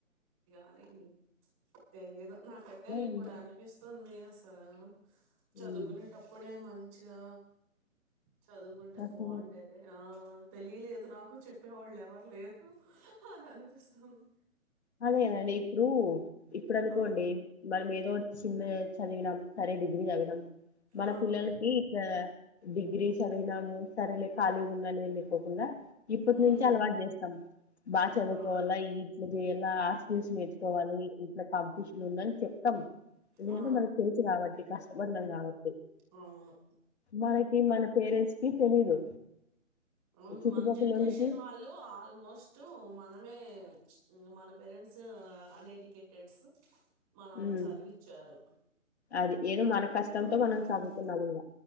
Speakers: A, on the right; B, on the left.
A: పనైంది తెలీదు నాకైతే ఇప్పుడు
B: ఉన్న
A: అనిపిస్తుంది అసలు చదువుకునేటప్పుడే
B: ఉమ్
A: మంచి చిగా చదువుకుంటే
B: అసలు
A: బాగుండేది ఆ తెలీలేదు నాకు చెప్పేవాళ్ళు ఎవరు లేరు అని అనిపిస్తుంది
B: అదే అదే ఇప్పుడు ఇప్పుడు అనుకోండి
A: ఆ
B: మనమేదో చిన్న చదివినాం సరే డిగ్రీ చదివినాం మన
A: ఆ
B: పిల్లలకి ఇట్లా డిగ్రీస్ చదివినాము సరేలే ఖాళీగా ఉందనే లేకోకుండా ఇప్పటి
A: హ్మ్
B: నుంచి అలవాటు చేస్తాం బాగా చదువుకోవాలా
A: ఆ
B: ఈ ఇట్లు ఎలా ఆ స్కిల్స్ నేర్చుకోవాలి ఇంట్లో కాంపిటీషన్ ఉందని చెప్తాం ఎందుకంటే
A: ఆ
B: మనకు తెలుసు కాబట్టి కష్టపడినాం కాబట్టి
A: అవును
B: మనకి మన పేరెంట్స్ కి తెలీదు
A: అవును
B: చుట్టుపక్కల
A: మన జనరేషన్
B: వాళ్ళకి
A: వాళ్ళు ఆల్మోస్ట్ మనమే ఇంక మన పేరెంట్స్ అన్ఎడ్యుకేటెడ్స్ మనల్ని
B: ఉమ్
A: చదివిచ్చారు
B: అది ఏదో మన కష్టంతో
A: ఉమ్మ్
B: మనం చదువుతున్నాము ఇంగ